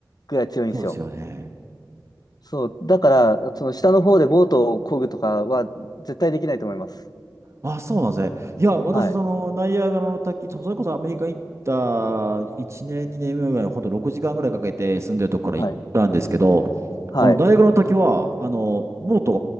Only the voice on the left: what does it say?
ぐらい強いんですよ。
そう、だから、その下の方でボートを漕ぐとかは絶対できないと思います。
はい、
はい、はい、